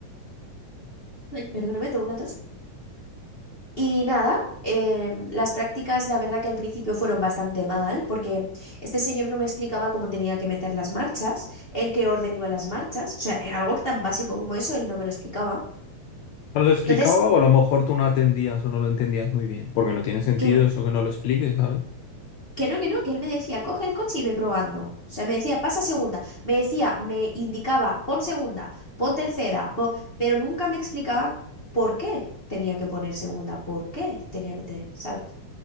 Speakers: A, on the left; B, on the left.
A: Ay, perdóname, tengo una tos. Y nada, em, las prácticas, la verdad que al principio fueron bastante mal, porque este señor no me explicaba cómo tenía que meter las marchas, en qué orden iban las marchas, o sea, eh, algo tan básico como eso, él no me lo explicaba.
B: No lo explicaba
A: Entonces,
B: o a lo mejor tú no atendías o no lo entendías muy bien, porque no tiene sentido
A: que,
B: eso que no lo expliques, ¿sabes?
A: que no, que no, que él me decía, coge el coche y ve probando. O sea, me decía, pasa segunda, me decía, me indicaba, pon segunda, pon tercera, pon-", pero nunca me explicaba por qué tenía que poner segunda, por qué tenía que, te- ¿sabes?